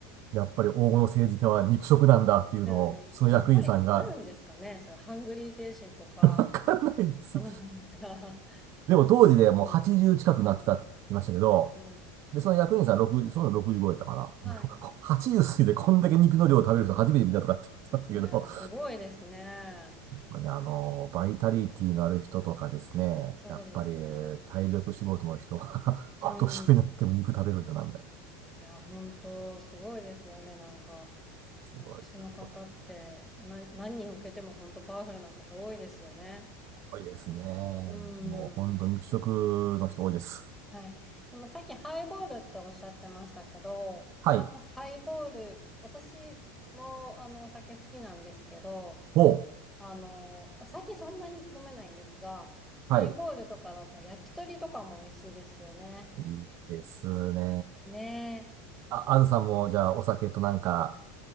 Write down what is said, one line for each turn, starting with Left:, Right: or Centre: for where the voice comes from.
Right: やっぱり黄金の政治家は肉食なんだっていうのを、
Centre: や、うんやっぱりでもあるんですかね。
Right: その役員さんが、
Centre: そういうハングリー精神とか、
Right: <laughs> わかんないです。
Centre: そのなんか
Right: でも当時でもう80近くなってたって言ってましたけど、
Centre: <laughs> うん。うん。
Right: で、その役員さん60、その65やったかな。
Centre: はい。
Right: でも80 <laughs> 過ぎてこんだけ肉の量を食べる人初めて見たとかって言ってましたけど、
Centre: いやー、すごいですね。
Right: あの、バイタリティのある人とかですね、
Centre: そうですね。
Right: やっぱりえー体力仕事の人は <laughs>
Centre: うん。
Right: お年寄りになっても肉食べるんだな、みたいな。
Centre: いやー、本当すごいですよね。なんか、
Right: すごいな、
Centre: 昔の方って、
Right: これ
Centre: な、何人受けても本当パワフルな方多いですよね。
Right: 多いですね。
Centre: うーん。
Right: もう本当肉食の人多いです。
Centre: はい。でもさっきハイボールっておっしゃってましたけど、
Right: はい。
Centre: あとハイボール、私もあのお酒好きなんですけど、
Right: お、
Centre: あの、最近そんなに飲めないんですが、
Right: はい。
Centre: ハイボールとかだと焼き鳥とかも美味しいですよね。
Right: いいですね。
Centre: ね
Right: あ、あずさんも、じゃあ、お酒となんか、